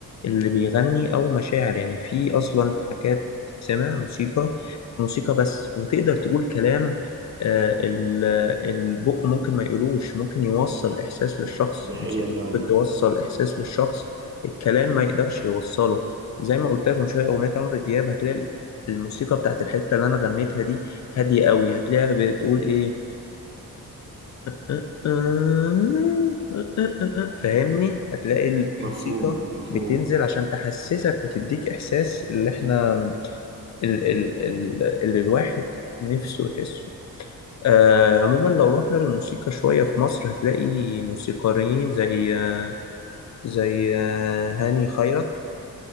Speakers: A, on the left; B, on the right.
A: اللي بيغني أو مشاعر يعني في أصلا تراكات بتتسمع موسيقى موسيقى بس وتقدر تقول كلام آه، ال- البق ممكن ما يقولوش ممكن يوصل إحساس للشخص
B: دي
A: الموسيقى
B: حقيقة فعلا
A: ممكن توصل إحساس للشخص الكلام ما يقدرش يوصله زي ما قلت لك من شويه اغنيه عمرو دياب هتلاقي الموسيقى بتاعت الحتة اللي أنا غنيتها دي هادية قوي هتلاقيها بتقول إيه <laughs> فاهمني هتلاقي الموسيقى
B: مفهوم مفهوم
A: بتنزل عشان تحسسك وتديك إحساس اللي إحنا ال ال ال اللي الواحد نفسه يحسه آه عموما لو رحنا للموسيقى شوية في مصر هتلاقي موسيقاريين زي آه زي آه هاني خيرت